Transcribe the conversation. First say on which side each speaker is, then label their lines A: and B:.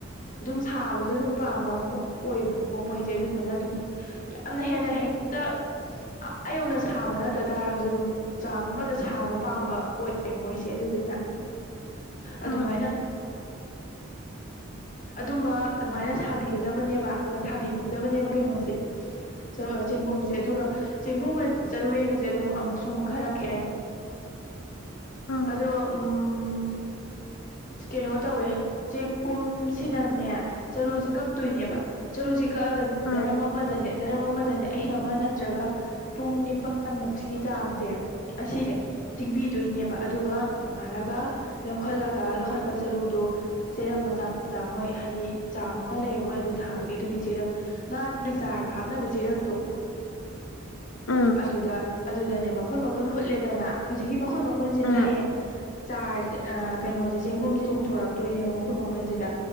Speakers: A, on the left; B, on the left.
A: ꯑꯗꯨꯝ ꯁꯥꯕꯁꯨ ꯑꯗꯨꯝ ꯄꯥꯝꯕ ꯑꯣꯏꯕꯀꯣ ꯃꯣꯏꯁꯦ ꯑꯗꯨꯗꯨꯅ ꯑꯗꯨꯝ ꯌꯥꯝꯅ ꯍꯦꯟꯅ ꯍꯦꯛꯇ ꯑꯥ ꯌꯧꯅ ꯁꯥꯕ ꯅꯠꯇ ꯇꯥꯔꯒꯁꯨ ꯑꯗꯨꯝ ꯆꯥꯡ ꯑꯃꯗ ꯁꯥꯕ ꯄꯥꯝꯕ ꯑꯣꯏꯌꯦ ꯃꯣꯏꯁꯦ ꯑꯗꯨꯗꯨꯅ ꯑꯗꯨꯃꯥꯏꯅ
B: ꯎꯝ <inaudible>
A: ꯑꯗꯨꯝꯕ ꯑꯗꯨꯃꯥꯏꯅ ꯁꯥꯕꯤꯒꯗꯕꯅꯦꯕ ꯊꯥꯕꯤꯒꯗꯕꯅꯦꯕ ꯀꯩꯅꯣꯁꯦ ꯨ ꯆꯦꯡꯒꯨꯝꯁꯦ ꯑꯗꯨꯒ ꯆꯦꯡꯒꯨꯝꯒ ꯆꯔꯨ ꯌꯦꯟꯒꯁꯦ ꯑꯗꯨꯝ ꯑꯃꯨꯛꯁꯨ ꯈꯔ ꯈꯦꯅꯩ
B: ꯎꯝ
A: ꯑꯗꯣ ꯎꯝ ꯀꯩꯅꯣ ꯇꯧꯋꯦ ꯆꯦꯡꯒꯨꯝꯁꯤꯗꯅꯦ ꯆꯔꯨꯁꯦ ꯀꯛꯇꯣꯏꯅꯦꯕ ꯆꯔꯨꯖꯤ ꯀꯛꯑꯒꯅꯤ
B: ꯎꯝ
A: ꯗꯔꯝ ꯑꯃꯗꯅꯦ ꯗꯔꯝ ꯑꯃꯗꯅꯦ ꯑꯍꯤꯡ ꯑꯃ ꯅꯠꯇ꯭ꯔꯒ ꯄꯨꯡ ꯅꯤꯄꯥꯜꯃꯨꯛꯁꯤꯒꯤ ꯆꯥꯡꯁꯦ ꯑꯁꯤꯁꯦ ꯇꯤꯡꯕꯤꯗꯣꯏꯅꯦꯕ ꯑꯗꯨꯒ ꯅꯣꯡꯉꯥꯜꯂꯒ ꯂꯧꯈꯠꯂꯒ ꯂꯧꯈꯠꯄ ꯆꯔꯨꯗꯣ ꯆꯦꯔꯪ ꯃꯆꯥ ꯃꯆꯥ ꯃꯣꯏ ꯍꯥꯏꯗꯤ ꯆꯥꯡ ꯑꯃ ꯂꯩꯌꯦ ꯃꯣꯏ ꯑꯗꯨ ꯊꯥꯕꯒꯤ ꯑꯗꯨꯒꯤ ꯆꯦꯔꯪ ꯉꯥ ꯆꯥꯔꯒ ꯍꯥꯞꯅꯕ ꯆꯦꯔꯪꯗꯣ
B: ꯎꯝ
A: ꯑꯗꯨꯗ ꯑꯗꯨꯗꯅꯦ ꯃꯈꯨꯟ ꯃꯈꯨꯟ ꯍꯨꯠꯂꯦꯗꯅ ꯍꯧꯖꯤꯛꯀꯤ ꯃꯈꯨꯟ ꯃꯈꯨꯣꯟꯖꯤꯗ
B: ꯎꯝ
A: ꯍꯌꯦꯡ ꯆꯥꯔ ꯀꯩꯅꯣꯁꯦ ꯆꯦꯡꯒꯨꯝꯖꯦ ꯆꯣꯡꯊꯣꯔꯛꯇꯣꯏꯅꯦꯕ ꯃꯈꯨꯟ ꯃꯈꯨꯟꯁꯤꯗ